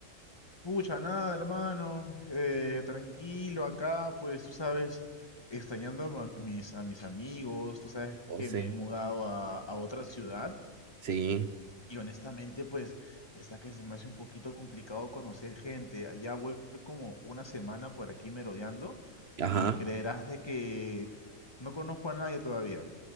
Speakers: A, on the left; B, on the right.
A: Pucha, nada, hermano. eh, tranquilo acá, pues tú sabes, extrañando a mis, a mis amigos, tú sabes
B: Oh,
A: que
B: sí.
A: me he mudado a, a otra ciudad
B: Sí,
A: y honestamente, pues está que se me hace un poquito complicado conocer gente. Ya voy como una semana por aquí merodeando
B: ajá.
A: y creerás de que no conozco a nadie todavía.